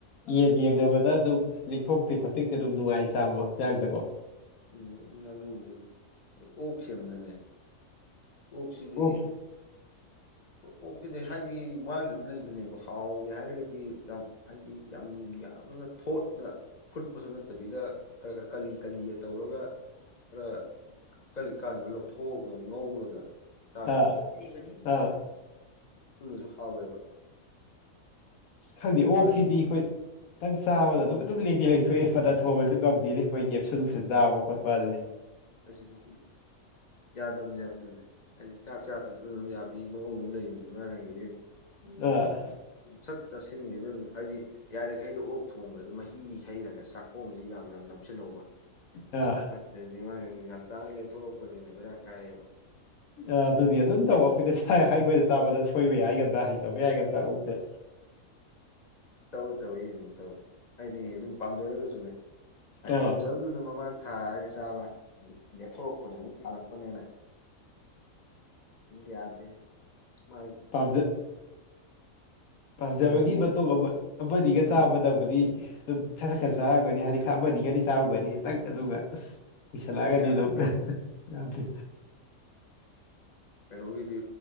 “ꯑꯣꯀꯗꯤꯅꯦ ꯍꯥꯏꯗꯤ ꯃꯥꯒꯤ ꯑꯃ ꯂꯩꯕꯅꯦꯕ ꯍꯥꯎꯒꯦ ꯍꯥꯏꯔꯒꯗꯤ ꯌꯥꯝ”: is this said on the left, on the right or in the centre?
Left